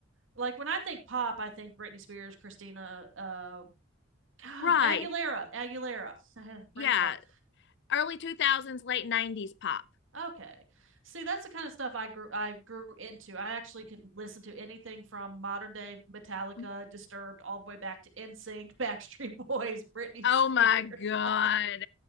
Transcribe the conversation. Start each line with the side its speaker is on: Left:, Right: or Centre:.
Right: Like when I think pop, I think Britney Spears, Christina, uh, <sighs>
Left: right.
Right: Aguilera, Aguilera, <laughs> brain
Left: Yeah.
Right: fart.
Left: Early 2000s, late 90s pop.
Right: Okay. See, that's the kind of stuff I grew I grew into. I actually can listen to anything from modern day Metallica,
Left: Mhm.
Right: Disturbed, all the way back to NSYNC, <laughs> Backstreet Boys, Britney
Left: Oh
Right: Spears.
Left: my God.
Right: <laughs>